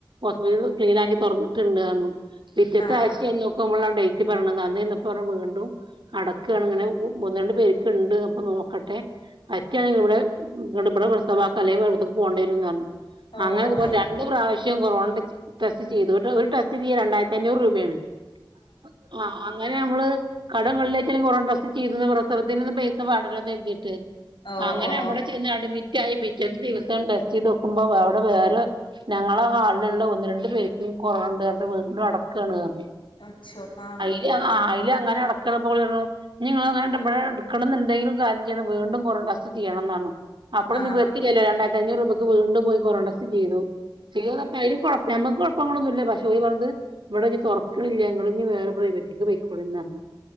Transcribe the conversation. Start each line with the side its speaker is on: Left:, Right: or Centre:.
Right: ഹോസ്പിറ്റലുകൾ ക്ലീൻ ആക്കി തോറന്നിട്ടുണ്ട് പറഞ്ഞു. പിറ്റത്തെ
Left: ആഹ്
Right: ആഴ്ച ചെന്ന് നോക്കുമ്പോളാണ് ഡേയ്റ്റ് പറഞ്ഞത്, അന്ന് ചെന്നപ്പോ വീണ്ടും. അടക്കാണ് ഇങ്ങനെ ഒന്ന് രണ്ട് പേർക്ക് ഇണ്ട് അപ്പൊ നോക്കട്ടെ. പറ്റിയാണെങ്കിൽ ഇവിടെ ഇവിടെ പ്രസവം ആക്കാം അല്ലെങ്കിൽ വേറൊരിടത്തേക്ക് പോകേണ്ടി വരുമെന്ന് പറഞ്ഞു.
Left: ഓഹോ
Right: അങ്ങനെ ഇതുപോലെ രണ്ട് പ്രാവശ്യം കൊറോണ ടെ ടെസ്റ്റ് ചെയ്തതുകൊണ്ട് ഒരു ടെസ്റ്റ് ചെയ്യാൻ രണ്ടായിരത്തി അഞ്ഞൂറ് രൂപയാണ്. ആഹ് ആഹ്. അങ്ങനെ നമ്മള് കടം കള്ള്യ യിട്ട് കൊറോണ ടെസ്റ്റ് ചെയ്തു ന്ന പ്രസവത്തിനൊന്നും പൈസ വേണ്ടല്ലോന്ന് കാര് തിട്ട്
Left: ഓ
Right: അങ്ങനെ
Left: ഓ
Right: അവടെ ചെന്ന് അഡ്മിറ്റ് ആയി പിറ്റത്തെ ദിവസം ടെസ്റ്റ് ചെയ്ത്ക്കുമ്പോ അവിടെ വേറെ ഞങ്ങളെ ഹാളിലുള്ള ഒന്ന് രണ്ട് പേർക് കോറണണ്ട് പറഞ്ഞിട്ട് വീണ്ടും അടക്കയാണ് റഞ്ഞു
Left: പക്ചോ ആഹ് <unintelligible>
Right: ആയില് അങ്ങന അടക്കണനറഞ്ഞപ്പോ ഓപറഞ്ഞു ഞ്ഞിങ്ങള അങ്ങനെ ഇവിടെ ഇടുക്കണം നണ്ട ങ്കിലും കാര്യം ചെയ്യണം വീണ്ടും കൊറെ ണ ടസ്റ്റ് ചിയ്യണംനറഞ്ഞു അപ്പളും
Left: ആഹ്
Right: നിവർത്തില്ലല്ലോ രണ്ടായിരത്തി അഞ്ഞൂറ് രൂപക്ക് വീണ്ടും പോയി കൊറണടെസ്റ്റ്‌ ചെയ്തു ചെയ്തപ്പോ അയില് കോഴ ഞങ്ങക്ക് കുഴപ്പങ്ങളൊന്നൂല്ല പക്ഷേ ഓല് പറഞ്ഞത് ഇവടെഞ്ഞി തുറക്കണില്ല ഇങ്ങള് ഞ്ഞി വേറെ പ്രൈവറ്റേക്ക് പോയിക്കോലിന റഞ്ഞു